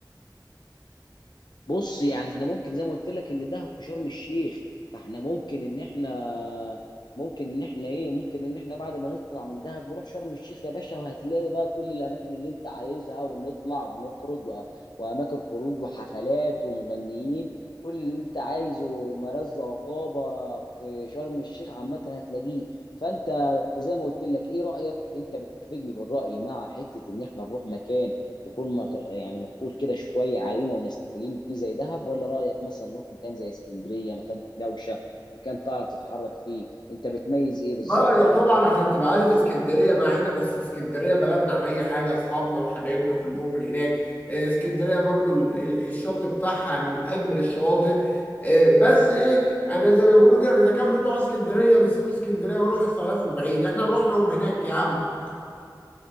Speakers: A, on the left; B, on the left.
A: بص يعني احنا ممكن زي ما قلت لك ان دهب في شرم الشيخ فاحنا ممكن ان احنا ممكن ان احنا ايه ممكن ان احنا بعد ما نطلع من دهب نروح شرم الشيخ يا باشا وهتلاقي بقى كل الاماكن اللي انت عايزها ونطلع ونخرج و... واماكن خروج وحفلات ومغنيين كل اللي انت عايزه مرزة وطابة في شرم الشيخ عامة هتلاقيه فانت زي ما قلت لك ايه رأيك انت بتتفقني في الرأي مع حتة ان احنا نروح مكان يكون مغ... يعني مقفول كده شويه علينا ونستجم فيه زي دهب ولا رايك مثلا نروح مكان زي اسكندريه مكان في دوشه مكان تعرف تتحرك فيه انت بتميز ايه بالظبط
B: اه يا طبعا عشان تبقى عارف اسكندريه معانا بس اسكندريه بلدنا عن اي حاجه اصحابنا وحبايبنا كلهم من هناك آه، اسكندريه برضو ال- ال- الشاطئ بتاعها من اجمل الشواطئ آه، بس ايه يعني زي ما بيقولوا كده اذا كان بتوع اسكندريه بيسيبوا اسكندريه ويروحوا يصيفوا بعيد احنا نروح لهم هناك يا عم